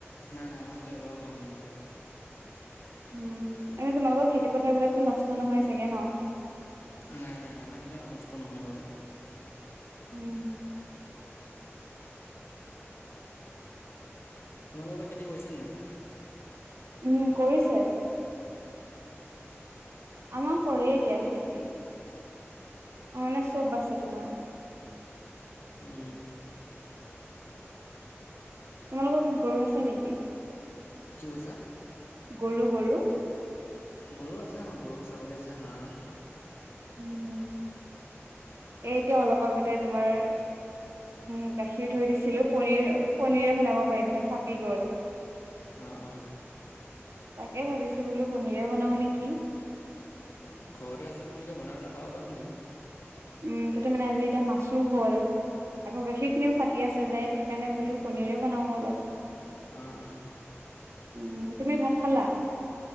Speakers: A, on the left (about 55°); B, on the right (about 70°).
A: নাই নাই আমাৰ ফালে এবাৰ হোৱা নাই কিন্তু।
B: উম, এনে তোমালোকৰ খেতি পথাৰ বিলাকতো নষ্ট নহয় চাগে ন?
A: নাই নাই নাই আমাৰ সেনেকে নষ্ট নহয় বাৰু।
B: উম।
A: তোমালোকে এইবা খেতি কৰিছে নে নাই?
B: উম কৰিছে। আমাৰ কৰে দিয়া খেতি। অনে চব বাছে তোমাৰ।
A: উম।
B: তোমালোকৰ গৰু আছে নেকি?
A: কি কৈছা?
B: গৰু গৰু।
A: গৰু আছে আমাৰ গৰু ছাগলী আছে হাঁহ।
B: উম, এই এতিয়া অলপ আগতে তোমাৰ উ গাখীৰ থৈ দিছিলো পনীৰ পনীৰে বনাব পাৰিম এতিয়া ফাটি গ'ল।
A: অ অ।
B: তাকে ভাবিছো বোলো পনীৰে বনাও নেকি?
A: অ ঘৰতে আছে তোমালোকে বনাই পেলাই খাব পাৰা ধুনীয়াকে।
B: উম তাতে মানে আজি এতিয়া মাছো হ'ল। আকৌ গাখীৰ খিনিও ফাটি আছে যে সেইকাৰণে বোলো পনীৰে বনাওঁ অলপ।
A: অ অ।
B: উ তুমি ভাত খালা?